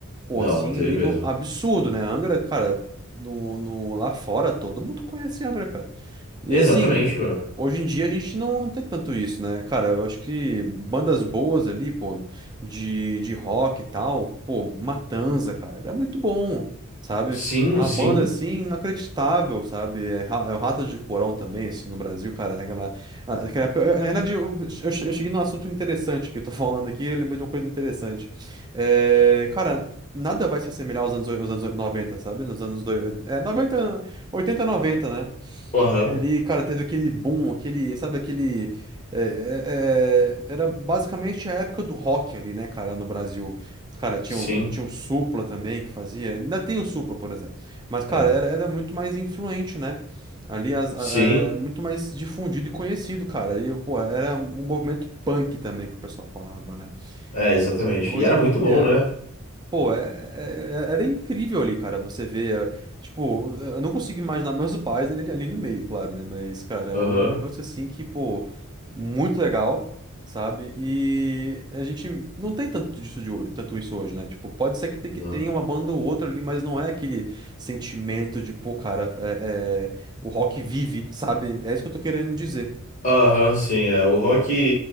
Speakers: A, on the right; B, on the left.
A: Pô,
B: Não,
A: assim,
B: não teve
A: nível
B: mesmo.
A: absurdo, né? Angra, cara, no, no, lá fora, todo mundo conhece Angra, cara. E
B: Exatamente,
A: assim,
B: mano.
A: hoje em dia a gente não, não tem tanto isso, né? Cara, eu acho que bandas boas ali, pô. de, de rock e tal, pô, Matanza, cara, era muito bom, sabe?
B: Sim,
A: É uma
B: sim.
A: banda assim inacreditável, sabe? É, Ra- é o Ratos de Porão também, assim, no Brasil, cara, naquela, ah, naquela época. eu- na verdade, eu, eu che- eu cheguei num assunto interessante que eu tô <laughs> falando aqui, eu lembrei de uma coisa interessante. É, cara, nada vai se assemelhar aos anos, oi- aos anos 90 sabe? Nos anos. doi- É, 90 80 90 né?
B: Aham,
A: Ele, cara, teve aquele boom, aquele, sabe, aquele. é, é, é, era basicamente a época do rock ali, né, cara, no Brasil. Cara, tinha
B: sim.
A: o, tinha o Supla também que fazia. Ainda tem o Supla, por exemplo. Mas, cara,
B: É.
A: era, era muito mais influente, né? Ali, as- a-
B: Sim.
A: a- muito mais difundido e conhecido, cara. E, pô, era um movimento punk também que o pessoal falava, né?
B: É, exatamente.
A: E hoje
B: E era
A: em
B: muito
A: dia.
B: bom, né?
A: Pô, é- é- é- era incrível ali, cara. Você vê, é, tipo, eu não consigo imaginar meus pais ali, ali no meio, claro, né? Mas, cara, é
B: Aham.
A: um negócio assim que, pô, muito legal, sabe? E a gente não tem tanto disso de, ho- tanto isso hoje, né? Tipo, pode ser que, te- que
B: Não.
A: tenha uma banda ou outra ali, mas não é aquele sentimento de, pô, cara, é, é, o rock vive, sabe? É isso que eu tô querendo dizer.
B: Aham, sim, é. O rock.